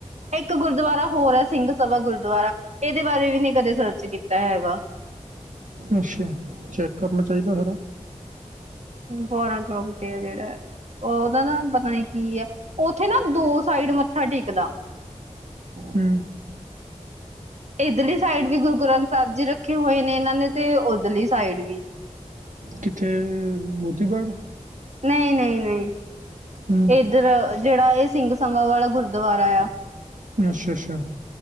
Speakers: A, on the right; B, on the right.
A: ਇੱਕ ਗੁਰਦੁਆਰਾ ਹੋਰ, ਹੈ ਸਿੰਘ ਸਭਾ ਗੁਰਦੁਆਰਾ। ਇਹਦੇ ਬਾਰੇ ਵੀ ਨਹੀਂ ਕਦੇ ਸਰਚ ਕੀਤਾ ਹੈਗਾ।
B: ਅੱਛਾ ਚੈੱਕ ਕਰਨਾ ਚਾਹੀਦਾ ਹੈਗਾ।
A: ਬਾਰਾਂ ਚੌਕ ਤੇ ਆ ਜਿਹੜਾ ਉਹਦਾ ਦਾ ਪਤਾ ਨੀ ਕੀ ਹੈ, ਉੱਥੇ ਨਾ ਦੋ ਸਾਈਡ ਮੱਥਾ ਟੇਕਦਾ।
B: ਹਮ।
A: ਇੱਧਲੀ ਸਾਈਡ ਵੀ ਗੁਰੂ ਗ੍ਰੰਥ ਸਾਹਿਬ ਜੀ ਰੱਖੇ ਹੋਏ ਨੇ, ਇਹਨਾਂ ਨੇ ਤੇ ਉ ਓਧਲੀ ਸਾਈਡ ਵੀ।
B: ਕਿੱਥੇ ਮੋਤੀ ਬਾਗ।
A: ਨਹੀਂ, ਨਹੀਂ, ਨਹੀਂ
B: ਹੂੰ
A: ਇੱਧਰ ਜਿਹੜਾ ਇਹ ਸਿੰਘ ਸਬਾ ਵਾਲਾ ਗੁਰਦੁਆਰਾ ਆ।
B: ਅੱਛਾ, ਅੱਛਾ।